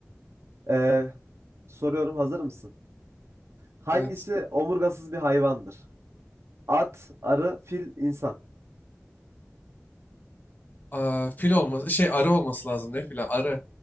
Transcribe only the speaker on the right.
Ee, soruyorum hazır mısın? Hangisi
omurgasız bir hayvandır? At, arı, fil, insan.